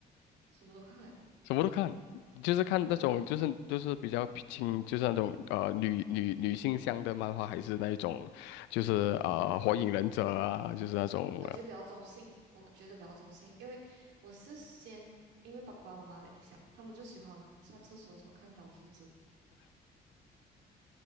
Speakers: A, on the right (about 80°); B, on the left (about 90°).
A: 什么都看，诶，
B: 什么都看，就是看那种，
A: 嗯，
B: 就是就是比较轻，就是那种呃女女女性向的漫画，还是那一种，就是呃火影忍者啊，就是那种。
A: 感觉比较中性，
B: 呃
A: 我觉得比较中性，因为我是先因为爸爸妈妈的影响，他们就喜欢上厕所的时候看老夫子。